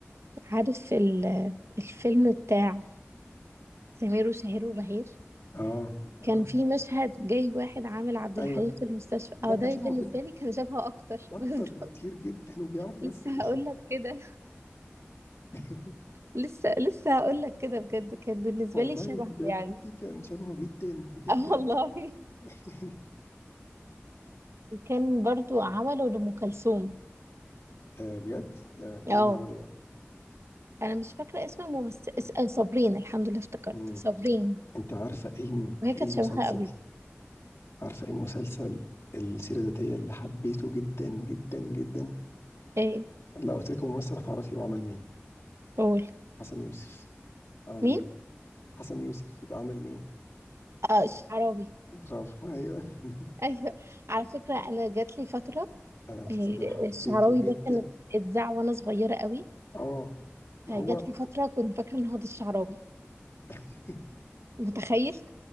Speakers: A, on the right; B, on the left.
A: عارف ال- الفيلم بتاع سمير وشهير وبهير
B: آه
A: كان
B: آه
A: في مشهد جاي واحد عامل عبد
B: أيوه
A: الحليم في المستشفى
B: ده
A: اه
B: كان
A: ده
B: شبهه
A: بالنسبة
B: جدا
A: لي كان شبهه اكتر
B: أكتر
A: <laughs> بس
B: بكتير جدا وبيعرف يمثل
A: لسه هقول لك كده
B: <laughs>
A: لسه لسه هقول لك كده بجد كان بالنسبة
B: والله
A: لي شبه
B: بجد
A: يعني
B: كان شبهه جدا جدا
A: <laughs> اه والله
B: <laughs>
A: كان برضو عمله لأم كلثوم
B: آه بجد ده, ده
A: اه
B: مين اللي عمله بقى؟
A: انا مش فاكرة اسم الممثل اس- آه، صابرين الحمد لله افتكرت
B: مم.
A: صابرين
B: أنت عارفة إيه الم-
A: وهي
B: إيه
A: كانت
B: المسلسل؟
A: شبهها قوي
B: عارفة إيه المسلسل السيرة الذاتية اللي حبيته جدا جدا جدا؟
A: ايه
B: لو قلت لك ممثل هتعرفي هو عمل مين؟
A: قول
B: حسن يوسف عمل
A: مين
B: مين؟ حسن يوسف يبقى عمل مين
A: اه الشعراوي
B: برافو ايوه <laughs>
A: <laughs> ايوه على فكره انا جات لي فتره
B: انا المسلسل
A: آه،
B: ده حبيته
A: الشعراوي
B: جدا
A: ده كانت اتذاع وانا صغيره قوي
B: اه ما
A: فجات
B: هو
A: لي فتره كنت فاكره ان هو ده الشعراوي
B: <laughs>
A: متخيل